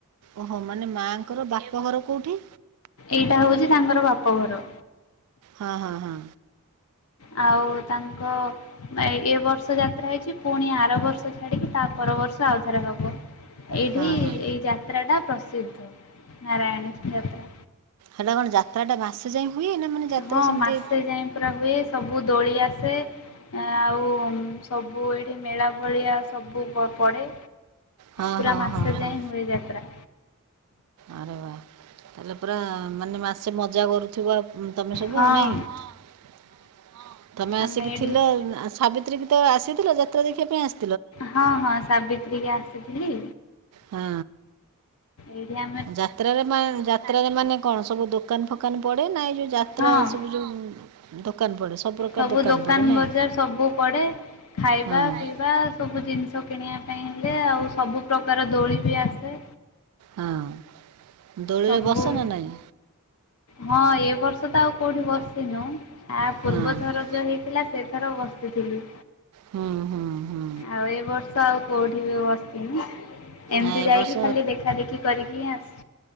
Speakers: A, on the right; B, on the left.
A: ଓହୋ ମାନେ ମାଆଙ୍କର ବାପ ଘର କୋଉଠି?
B: ଏଇଟା ହଉଛି ତାଙ୍କର ବାପଘର।
A: ହଁ ହଁ ହଁ।
B: ଆଉ ତାଙ୍କ ଏ ବର୍ଷ ଯାତ୍ରା ହେଇଛି ପୁଣି ଆର ବର୍ଷ ଛାଡିକି ତା ପର ବର୍ଷ ଆଉଥରେ ହବ। ଏଇଠି
A: ହଁ ହଁ।
B: ଏଇ ଯାତ୍ରା ଟା ପ୍ରସିଦ୍ଧ ନାରାୟଣୀ ଯାତ୍ରା।
A: ହେଟା କଣ ଯାତ୍ରା ଟା ମାସେ ଯାଏ ହୁଏ ନା ମାନେ ଯାତ୍ରା
B: ହଁ
A: ସେମିତି
B: ମାସେ ଯାଏ ପୁରା ହୁଏ। ସବୁ ଦୋଳି ଆସେ ଆଉ ସବୁ ଏଇଠି ମେଳା ଏ ଭଳିଆ ସବୁ ପ ପଡ଼େ
A: ହଁ
B: ପୁରା
A: ହଁ
B: ମାସେ
A: ହଁ ହଁ
B: ଯାଏ ହୁଏ ଯାତ୍ରା।
A: ଆରେ ବା ତାହେଲେ ପୁରା ମାନେ ମାସେ ମଜା କରୁଥିବ। ତମେ ସବୁ
B: ହଁ
A: ଆଉ ନାଇଁ, ହଁ ତମେ
B: ଆମେ
A: ଆସିକି
B: ଏଇଠି
A: ଥିଲ ସାବିତ୍ରୀ ତ ଆସିଥିଲେ ଯାତ୍ରା ଦେଖିବା ପାଇଁ ଆସି
B: ହଁ ହଁ ସାବିତ୍ରୀ କି ଆସିଥିଲି।
A: ହଁ।
B: ଏଇଆ।
A: ଯାତ୍ରାରେ ମା ଯାତ୍ରାରେ ମାନେ କଣ ସବୁ ଦୋକାନ ଫୋକାନ ପଡେ ନା ଏ ଯୋଉ ଯାତ୍ରା
B: ହଁ
A: ସବୁ ଯୋଉ ଦୋକାନ ପଡ଼େ ପ୍ରକାର
B: ସବୁ ଦୋକାନ
A: ପଡ଼େ ନାଇଁ
B: ବଜାର ସବୁ ପଡେ ଖାଇବା
A: ହଁ।
B: ପିଇବା ସବୁ ଜିନିଷ କିଣିବା ପାଇଁ ହେଲେ ଆଉ ସବୁ ପ୍ର୍ରକାର ଦୋଳି ବି ଆସେ।
A: ହଁ ଦୋଳିରେ
B: ସବୁ
A: ବସ ନା ନାଇଁ?
B: ହଁ ଏ ବର୍ଷ ତ ଆଉ କୋଉଠି ବସିନୁ, ଆ ପୂର୍ବ
A: ହଁ।
B: ଥର ଯୋଉ ହେଇଥିଲା। ଏଥର ବସିଥିଲି।
A: ହୁଁ ହୁଁ ହୁଁ
B: ଆଉ ଏ ବର୍ଷ ଆଉ କୋଉଠି ବି ବସିନି। ଏମିତି
A: ଆ ଏ
B: ଯାଇକି
A: ବର୍ଷ
B: ଖାଲି ଦେଖା ଦେଖି କରିକି ହିଁ ଆସ